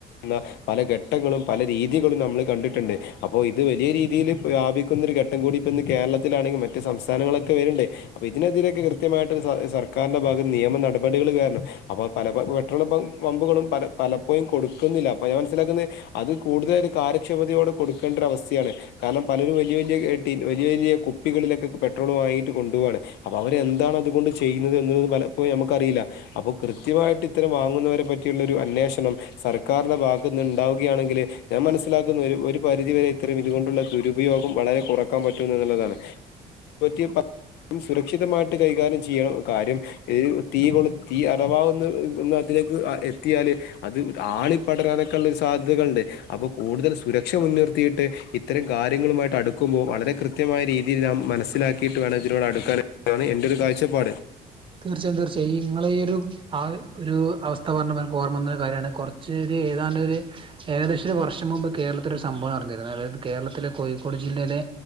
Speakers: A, on the left (about 80°); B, on the right (about 30°).
A: ന്ന പല ഘട്ടങ്ങളും പല രീതികളും നമ്മൾ കണ്ടിട്ട്ണ്ട് അപ്പോ ഇത് വലിയ രീതിയിൽ വ്യാപിക്കുന്ന ഒരു ഘട്ടം കൂടി ഇപ്പോ ഇന്ന് കേരളത്തിലാണെങ്കിൽ മറ്റു സംസ്ഥാനങ്ങളി വര്ണ്ട് അപ്പൊ ഇതിനെതിരൊക്കെ കൃത്യമായിട്ട് സർക്കാരിന്റെ ഭാഗത്ത് നിയമ നടപടികൾ കാരണം അപ്പോൾ പല പെട്രോൾ പമ്പുകളും പല പലപ്പോഴും കൊടുക്കുന്നില്ല അപ്പ ഞാൻ മനസ്സിലാക്കുന്നത് അത് കൂടുതല കാര്യ ക്ഷമതയോടെ കൊടുക്കേണ്ട ഒരു അവസ്ഥയാണ് കാരണം പലരും വലിയ വലിയ ടിൻ വലിയ വലിയ കുപ്പികളിലൊക്കെ പെട്രോൾ ങ്ങിട്ട് കൊണ്ടപോകാണ് അപൊ അവരെന്താണ് അതുകൊണ്ട് ചെയ്യുന്നത് എന്ന പലപ്പോഴും നമക്കറിയില്ല അപ്പൊ കൃത്യമായി ഇത്തരം വാങ്ങുന്നവരെ പറ്റിയുള്ള ഒരു അന്വേഷണം സർക്കാരിന്റെ ഭാഗത്ത്നിന്ന് ഉണ്ടാവുകയാണെങ്കിൽ ഞാൻ മനസ് സ്സിലാക്കുന്ന ഒരു ഒരു പരിധിവരെ ഇത്തരം ഇതുകൊണ്ടുള്ള ദുരുപയോഗം വളരെ കൊറക്കാൻ പറ്റും എന്നുള്ളതാണ്. <unintelligible> സുരക്ഷിതമായിട്ട് കൈകാര്യം ചെയ്യണം കാര്യം ഇ തീ കൊള തീ അതവാ ന്ന ലേക്ക് എത്തിയാല് അത് ആളി പടരാനൊക്കെ ഉള്ള സാധ്യതകൾണ്ട് അപ്പൊ കൂടുതൽ സുരക്ഷ മുൻനിർത്തിയിട്ട് ഇത്തരം കാര്യങ്ങളുമായിട്ട് അടുക്കുമ്പോൾ വളരെ കൃത്യമായ രീതിയിൽ നാം മനസ് സ്സിലാക്കിട്ട് വേണം ഇതിനോട് അടുക്കാനാണ് എന്റെരു കാഴ്ചപ്പാട്.
B: തീർച്ചയായും തീർച്ചയായും ഈ ഇങ്ങള ഈ ഒരു ആ ഒരു അവസ്ഥ പർഞ്ഞപ്പൊ ഓർമ്മന്നൊരു കാര്യാണ് കൊർച്ച് ഏതാണ്ട് ഒരു ഏകദേശര വർഷം മുമ്പ് കേരത്തില ഒരു സംഭവം നട്ന്നിരുന്നു അതായത് കേരളത്തിലെ കോഴിക്കോട് ജില്ലയിലെ